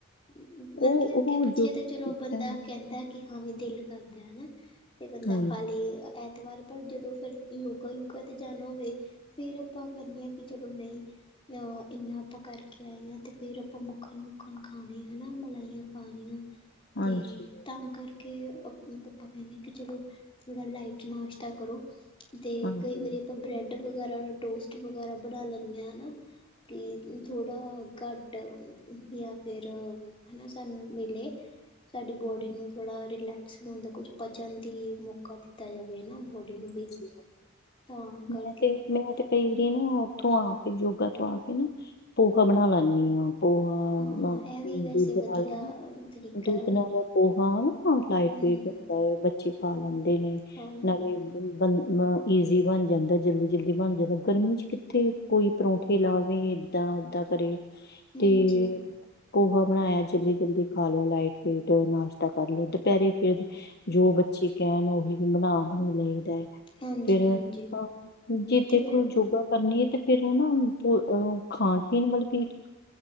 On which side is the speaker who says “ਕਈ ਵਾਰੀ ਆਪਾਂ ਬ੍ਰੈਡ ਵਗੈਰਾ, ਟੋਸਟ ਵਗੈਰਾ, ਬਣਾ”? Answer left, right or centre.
Left